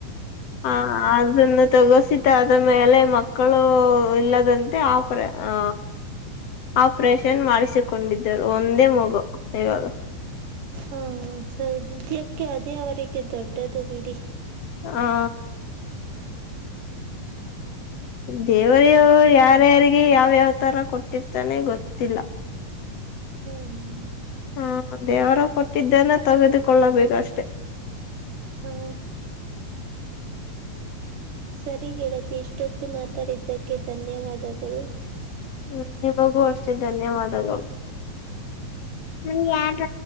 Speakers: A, on the left; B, on the right.
A: ಹ ಅದನ್ನು ತಗೋಸಿದ ಆದ ಮೇಲೆ ಮಕ್ಕಳು ಇಲ್ಲದಂತೆ ಆ ಪ್ರಯ ಹ ಆಪ್ರೇಷನ್ ಮಾಡಿಸಿಕೊಂಡಿದ್ದರು ಒಂದೇ ಮಗು ಇವಾಗ
B: ಹಾ ಸದ್ಯಕ್ಕೆ ಅದೇ ಅವರಿಗೆ ದೊಡ್ಡದು ಬಿಡಿ
A: ಹಾ ದೇವರ ಯಾರ್ಯಾರಿಗೆ ಯಾವ್ಯಾವ್ ತರ ಕೊಟ್ಟಿರ್ತಾನೆ ಗೊತ್ತಿಲ್ಲ
B: ಹ್ಮ್
A: ಹಾ ದೇವರು ಕೊಟ್ಟಿದ್ದನೆ ತೆಗೆದುಕೊಳ್ಳಬೇಕು ಅಷ್ಟೆ
B: ಹಾ ಸರಿ ಗೆಳತಿ ಇಷ್ಟೊತ್ತು ಮಾತಾಡಿದ್ದಕ್ಕೆ ಧನ್ಯವಾದಗಳು
A: ಹ್ಮ್ ನಿಮಗೂ ಅಷ್ಟೇ ಧನ್ಯವಾದಗಳು ಹ ಯಾರ